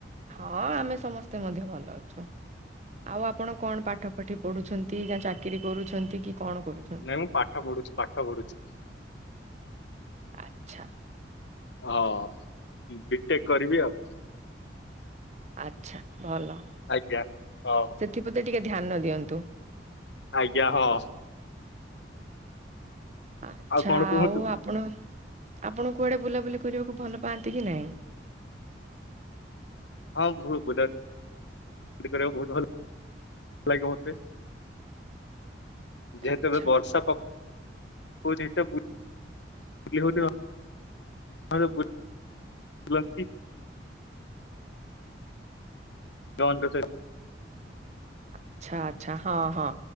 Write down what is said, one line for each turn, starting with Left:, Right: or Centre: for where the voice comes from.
Right: ହଁ ଆମେ ସମସ୍ତେ ମଧ୍ୟ ଭଲ ଅଛୁ ଆଉ ଆପଣ କଣ ପାଠ ପଠି ପଢୁଛନ୍ତି ନା ଚାକିରୀ କରୁଛନ୍ତି କି କଣ କରୁ
Left: ନାଇଁ ମୁଁ ପାଠ ପଢୁଛି ପାଠ ପଢୁଛି
Right: ଆଚ୍ଛା
Left: ହଁ ବିଟେକ୍ କରିବି ଆଉ
Right: ଆଛା ଭଲ
Left: ଆଜ୍ଞା ହଉ
Right: ସେଥିପ୍ରତି ଟିକେ ଧ୍ୟାନ ଦିଅନ୍ତୁ।
Left: ଆଜ୍ଞା ହଁ
Right: ଆଛା
Left: କଣ କୁହନ୍ତୁ?
Right: ଆଉ ଆପଣ ଆପଣ କୁଆଡେ ବୁଲାବୁଲି କରିବାକୁ ଭଲ ପାଆନ୍ତି କି ନାଇଁ
Left: ହଁ ବହୁତ ବୁଲେ ବୁଲି କରିବାକୁ ବହୁତ ଭଲ ଲାଗେ ମତେ ଯେହେତୁ
Right: ଆଚ୍ଛା
Left: ଏ ବର୍ଷା ପ କଉଛି ଏତେ ବୁ ଲି ହଉନି ଏବେ ବୁ ଲନ୍ତି ଜଣଙ୍କ ସହି
Right: ଆଚ୍ଛା ଆଚ୍ଛା ହଁ ହଁ